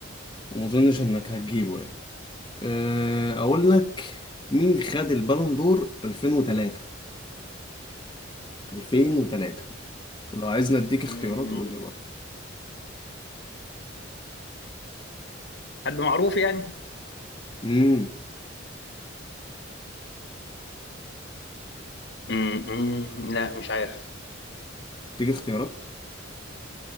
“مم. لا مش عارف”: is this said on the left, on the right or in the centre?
Left